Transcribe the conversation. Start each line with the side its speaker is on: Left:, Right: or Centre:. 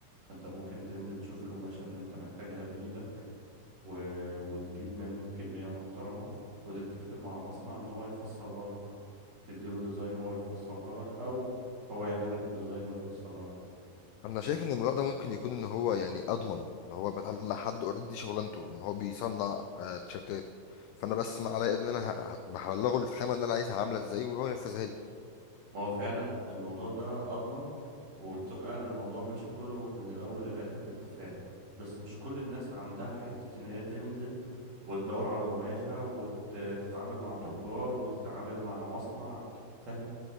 Right: فانت ممكن تنزل تشوف القماشة اللي انت محتاجها بإيدك و... وتجيب منها كمية محترمة وتتفق مع مصنع ان هو يفصلها لك تديله ديزاين وهو يفصلها لك او هو يعمل لك الديزاين ويفصلها لك
Left: انا شايف ان الموضوع ده ممكن يكون ان هو يعني اضمن ان هو بتعامل مع حد اوريدي شغلانته ان هو بيصنع آه، تيشيرتات فانا بس ما عليا ان انا ه- هبلغه الخامه اللي انا عايزها عامله ازاي وهو ينفذها لي
Right: ما هو فعلا الموضوع ده اضمن وبتبقى الموضوع ماشي كله من الاول للاخر باتفاق بس مش كل الناس عندها حتة ان هي تنزل وتدور على قماشة وتتعامل مع تجار وتتعامل مع مصنع فاهم